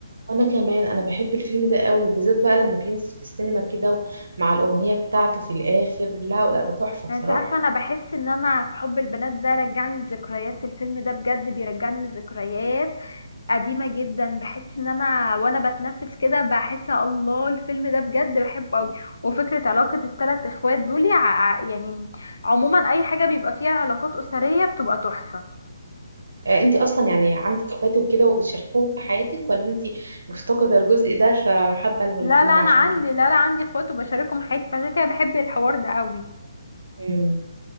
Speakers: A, on the right (about 80°); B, on the left (about 80°).
A: وانا كمان انا بحب الفيلم ده قوي وبالذات بقى لما بينزل في السينما كده مع الاغنيه بتاعته في الاخر لا لا ده تحفه
B: يعني
A: بصراحه
B: انت عارفة انا بحس ان انا في حب البنات ده رجعني لذكريات الفيلم ده بجد بيرجعني لذكريات قديمة جدا بحس ان انا وانا بتنفس كده بحس الله الفيلم ده بجد بحبه قوي وفكرة علاقة الثلاث اخوات دول ع- ع- يعني عموما اي حاجة بيبقى فيها علاقات اسرية بتبقى تحفة
A: آه انت اصلا يعني عندك اخواتي وكده وبتشاركوهم في حياتك ولا انت مفتقده الجزء ده فحابه الفيلم
B: لا لا انا
A: عشان
B: عندي
A: كده
B: لا لا عندي اخوات وبشاركهم حياتي فعشان كده بحب الحوار ده قوي
A: مم.